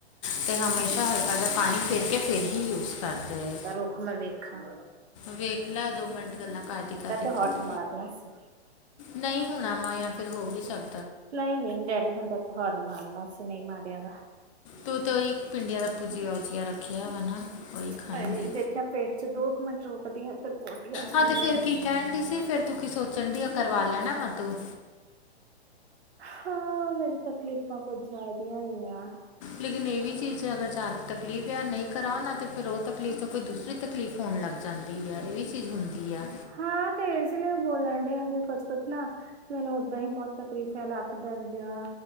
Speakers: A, on the left; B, on the right.
A: ਅਤੇ ਹਮੇਸ਼ਾ ਹਲਕਾ ਜਾ ਪਾਣੀ ਫੇਰਕੇ ਫਿਰ ਹੀ ਯੂਜ ਕਰਦੇ।
B: ਰੁੱਖ ਮਵੇ ਖਾ
A: ਵੇਖਲਾ ਦੋ ਮਿੰਟ ਗੱਲਾਂ ਕਰਦੀ ਦਿੱਤੇ
B: ਹੋਰਨ
A: ਦਾ
B: ਮਾਰਨਾ ਸੀ।
A: ਨਹੀਂ ਹੋਣਾ ਵਾ ਯਾ ਫਿਰ ਹੋ ਵੀ ਸਕ
B: ਨਹੀਂ-ਨਹੀਂ ਡੈਡੀ ਹੁੰਦਾ ਤਾ ਹੌਰਨ ਮਾਰਨਾ ਸੀਂ, ਨਹੀਂ ਮਾਰਿਆ ਵਾ।
A: ਤੂੰ ਤਾਂ ਉਹੀ, ਭਿੰਡੀਆਂ ਦਾ ਭੂਜੀਆ-ਉਜੀਆ ਰੱਖਿਆ ਵਾ ਨਾ? ਉਹੀ ਖਾਏਂਗੀ
B: ਹਾਏ, ਦੇਖਿਆ ਪੇਟ'ਚ ਦੋ ਕੁ ਮਿੰਟ ਰੋਕਦੀਆਂ, ਫਿਰ ਪੌਟੀ ਆਂ ਜਾਂਦੀ
A: ਹਾਂ ਤੇ ਫਿਰ
B: ਆ।
A: ਕੀ ਕਹਿਣ ਦੀ ਸੀ ਫਿਰ ਤੂੰ ਕੀ ਸੋਚਣਡੀ ਆ, ਕਰਵਾ ਲੈਣਾ ਵਾ, ਤੂੰ?
B: ਹਾਂ। ਮੇਰੀ ਤਕਲੀਫ਼ਾਂ ਕੁਝ ਜਿਆਦੀਆਂ ਹੀ ਆ।
A: ਲੇਕਿਨ ਇਹ ਵੀ ਚੀਜ਼ ਅਗਰ ਜਾਦੀ ਤਕਲੀਫ਼ ਯਾ ਨਹੀਂ ਕਰਾਓ ਨਾ, ਤੇ ਫਿਰ ਉਹ ਤਕਲੀਫ਼ ਤੋਂ ਕੋਈ ਦੂਸਰੀ ਤਕਲੀਫ਼ ਹੋਣ ਲੱਗ ਜਾਂਦੀ ਆ, ਇਹ ਵੀ ਚੀਜ਼ ਹੁੰਦੀ ਆ।
B: ਹਾਂ, ਤੇ ਇਸੇ ਲਈ ਬੋਲਣਡੇ ਆਂ ਵੀ, ਕੁੱਛ-ਕੁੱਛ ਨਾ ਮੈਨੂੰ ਓਦਾਂ ਹੀ ਬਹੁਤ ਤਕਲੀਫ਼ ਹੈ, ਲੱਕ ਦਰਦ ਯਾ।